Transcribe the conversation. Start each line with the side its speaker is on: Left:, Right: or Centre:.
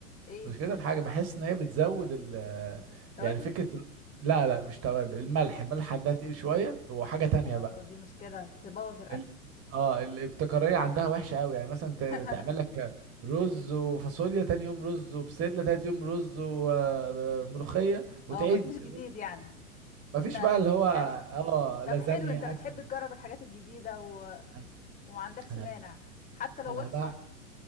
Left: ايه
Right: مش كده في حاجة بحس ان هي بتزود ال
Left: توابل
Right: يعني فكرة ال- لا لا مش توابل الملح الملح عندها تقيل شوية وحاجة تانية
Left: اه
Right: بقى
Left: دي مشكله تبوظ الاكل
Right: ال... اه الابتكارية عندها وحشة قوي يعني مثلا
Left: <laughs>
Right: ت- تعمل لك رز وفاصوليا تاني يوم رز وبسلة تالت يوم رز وملوخية وتعيد
Left: اه مفيش جديد يعني
Right: مفيش
Left: انت
Right: بقى اللي هو اه
Left: يعني
Right: لازانيا
Left: طب حلو انت بتحب
Right: اكل
Left: تجرب الحاجات الجديده وما
Right: انا
Left: عندكش
Right: انا
Left: مانع حتى لو
Right: أنا
Left: وحشة
Right: بقى